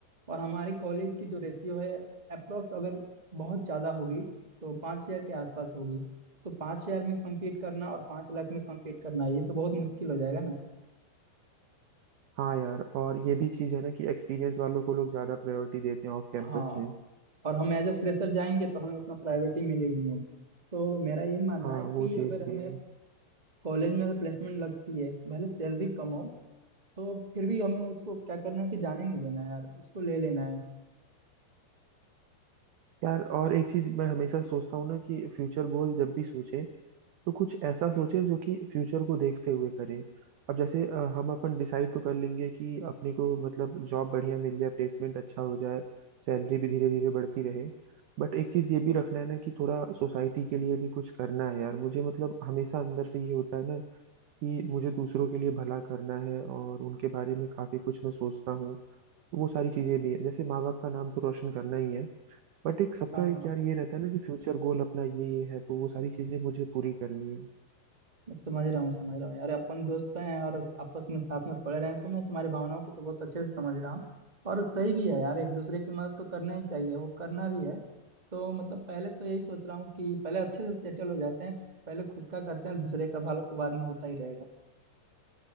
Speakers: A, on the right; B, on the right.
A: और हमारे कॉलेज की जो रेशियो है अप्रोक्स अगर बहुत ज़्यादा होगी तो पाँच हज़ार के आसपास होगी तो पाँच हज़ार में compete करना और पाँच लाख में compete करना ये तो बहुत मुश्किल हो जाएगा ना
B: हाँ यार और ये भी चीज़ है ना कि एक्सपीरियंस वालों को लोग ज़्यादा प्रायोरिटी देते हैं ऑफ कैंपस
A: हाँ
B: में
A: और हम एज अ फ्रेशर जाएंगे तो हमें उतना प्रायोरिटी मिलेगी नहीं तो मेरा यही मानना
B: हाँ
A: है कि
B: वो चीज़
A: अगर
B: भी
A: हमें
B: है
A: कॉलेज में अगर प्लेसमेंट लगती है भले सैलरी कम हो तो फिर भी हमें उसको क्या करना है कि जाने नहीं देना है यार उसको ले लेना है
B: यार और एक चीज़ मैं हमेशा सोचता हूँ ना कि फ्यूचर गोल जब भी सोचे तो कुछ ऐसा सोचे जो कि फ्यूचर को देखते हुए करें अब जैसे अ, हम अपन डिसाइड तो कर लेंगे कि अपने को मतलब जॉब बढ़िया मिल जाए प्लेसमेंट अच्छा हो जाए सैलरी भी धीरे धीरे बढ़ती रहे बट एक चीज़ ये भी रखना है ना कि थोड़ा सोसाइटी के लिए भी कुछ करना है यार मुझे मतलब हमेशा अंदर से ये होता है ना कि मुझे दूसरों के लिए भला करना है और उनके बारे में काफ़ी कुछ मैं सोचता हूँ तो वो सारी चीज़ें भी है जैसे माँ बाप का नाम तो रोशन करना ही है बट एक सबका
A: हाँ हाँ
B: एक यार ये रहता है ना कि फ्यूचर गोल अपना ये ये है तो वो सारी चीज़ें मुझे पूरी करनी है
A: मैं समझ रहा हूँ समझ रहा हूँ यार अपन दोस्त तो हैं और आपस में साथ में पढ़ रहे हैं तो मैं तुम्हारी भावनाओं को तो बहुत अच्छे से समझ रहा हूँ और सही भी है यार एक दूसरे की मदद तो करना ही चाहिए वो करना भी है तो मतलब पहले तो यही सोच रहा हूँ कि पहले अच्छे से सेटल हो जाते हैं पहले खुद का करते हैं दूसरे का भला तो बाद में होता ही रहेगा